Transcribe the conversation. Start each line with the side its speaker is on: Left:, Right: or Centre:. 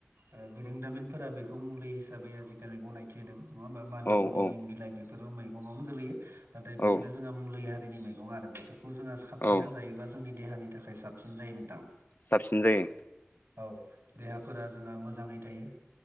Right: ओ बिरोंदामिनफोरा बेखौ मुलि हिसाबै आजिखालि गनायो। खेदों नङा होमबा मानि
Left: औ
Right: बुनि
Left: औ
Right: बिलाइ बेफोरबो मैगंआवनो गोलैयो नाथाय
Left: औ
Right: बेफोरो जोंहा मुलि हारिनि मैगं आरो बेफोरखौ जोंओ साबथिंना
Left: औ
Right: जायोब्ला जोंनि देहानि थाखाय साबसिन जायो नोंथां।
Left: साबसिन जायो।
Right: औ देहाफोरा जोंहा मोजाङै थायो।